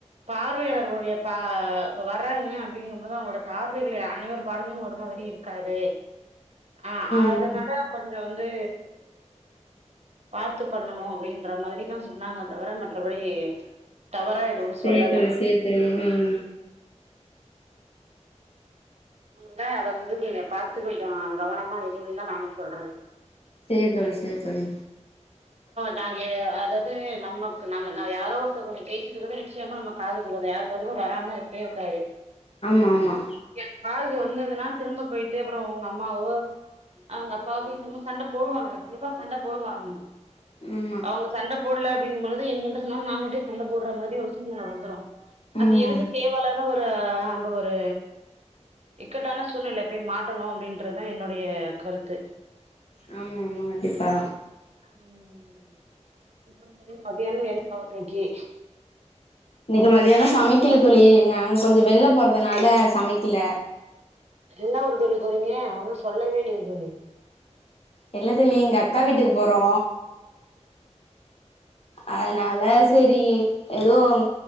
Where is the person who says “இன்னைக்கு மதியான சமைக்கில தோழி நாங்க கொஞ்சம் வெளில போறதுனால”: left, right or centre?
Left